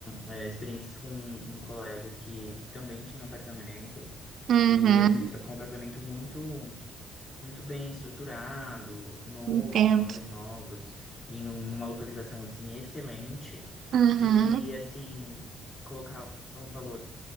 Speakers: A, on the left (about 40°); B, on the right (about 65°).
A: eh, experiências com um colega que também tinha apartamento,
B: Uhum,
A: e assim, só que é um apartamento muito muito bem estruturado, novos,
B: entendo.
A: móveis novos, em um- uma localização assim excelente
B: Uhum.
A: e assim colocava um valor